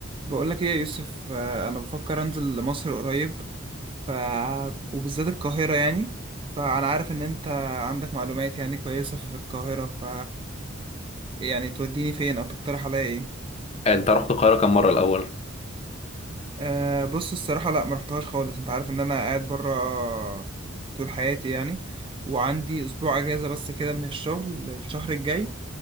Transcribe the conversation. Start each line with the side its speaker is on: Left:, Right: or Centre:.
Right: بقول لك ايه يا يوسف آه، انا بفكر انزل لمصر قريب ف... وبالذات القاهرة يعني فانا عارف ان انت عندك معلومات يعني كويسة في القاهرة ف يعني توديني فين او تقترح عليا ايه
Left: انت رحت القاهره كم مره الاول
Right: أه بص الصراحة لا ما رحتهاش خالص انت عارف ان انا قاعد برا طول حياتي يعني وعندي اسبوع اجازة بس كده من الشغل الشهر الجاي